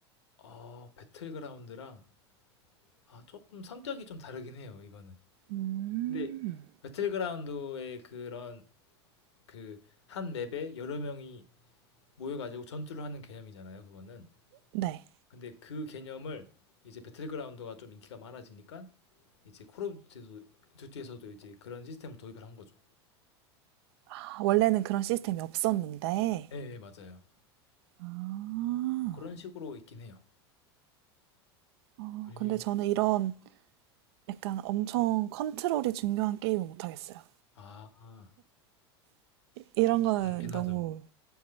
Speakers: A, on the left; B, on the right.
A: 아 배틀그라운드랑 아 조금 성격이 좀 다르긴 해요 이거는.
B: 음.
A: 근데 배틀그라운드의 그런 그 한 맵에 여러 명이 모여가지고 전투를 하는 개념이잖아요 그거는.
B: 네.
A: 근데 그 개념을 이제 배틀그라운드가 좀 인기가 많아지니까 이제 콜 오브 듀티에서도, 듀티에서도 이제 그런 시스템을 도입을 한 거죠.
B: 아, 원래는 그런 시스템이 없었는데,
A: 예, 예, 맞아요.
B: 아.
A: 그런 식으로 있긴 해요.
B: 어,
A: 그리고
B: 근데 저는 이런 약간 엄청 컨트롤이 중요한 게임을 못하겠어요.
A: 아,
B: 이런 거는
A: 그렇긴
B: 너무,
A: 하죠.